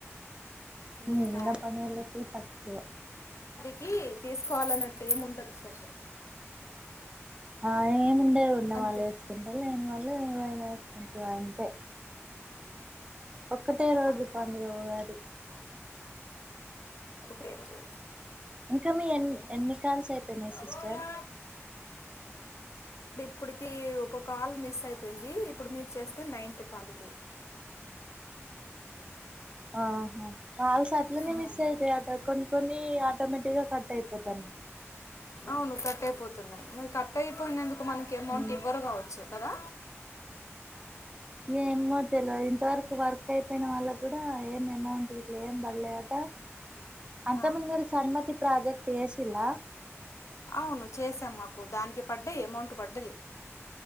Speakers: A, on the right; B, on the left.
A: మీన్న
B: ఇంకా
A: పనెలక్ తక్కువ
B: కి తీసుకోవాలన్నట్టు ఏం ఉండద్ స్పెషల్
A: ఆ ఏముండదు ఉన్నవాళ్ళు
B: అంతే
A: ఎస్ కుంటారు లేని వాళ్ళు ఏవైనా ఎస్ కుంట్రూ అంతే ఒక్కటే రోజు
B: ఆహా
A: పండ్ గ ఉగాది
B: ఒకే రోజు
A: ఇంకా మీ ఎన్
B: అవునా
A: ఎన్ని కాల్స్ అయిపెయినాయి
B: సపోటా
A: సిస్టర్
B: ఇప్ డుకి ఒకొకొ కాల్ మిస్ అయిపోయింది ఇప్పుడు మీర్ చేస్తే నైత్ కాల్ ఇది
A: ఆఆ హా కాల్స్ అట్లనే
B: ఉమ్,
A: మిస్ అయితయి అట కొన్ కొన్ని ఆటోమేటిగ కటాయి పోతనయి
B: అవున్ కట్ అయిపోతున్నాయి మరి కట్ అయిపోయినందుకు మనకి అమౌంట్
A: ఉమ్,
B: ఇవ్వరు కావచ్చు కదా
A: ఏమో తెల్ వాద్ ఇంతవరకు వర్క్ అయిపోయిన వాళ్ళకు కూడా ఏం అమౌంట్ గీట్లా ఏం బల్ లేదట అంతర్
B: ఆ
A: మున్ <unintelligible> మీర్ సమ్మతి ప్రాజెక్ట్ ఏశిల్ ల
B: అవును చేసాం మాకు దానికి పడ్డయి అమౌంట్ పడ్డది